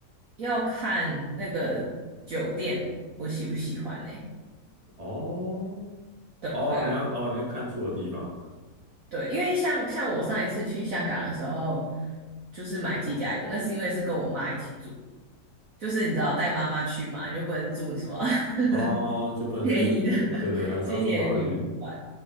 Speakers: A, on the right; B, on the right.
A: 要看那个酒店我喜不喜欢呢、
B: 哦
A: 对对啊，
B: 哦，你要哦你要看住的地方。
A: 对，因为像像我上一次去香港的时候，就是买鸡架酒，那是因为是跟我妈一起住，就是你知道带妈妈去嘛，你就不能住什么 <laughs>
B: 哦，就不能住，
A: 便宜的
B: 对对，
A: <laughs>
B: 还是要住好一点的
A: 青年旅馆，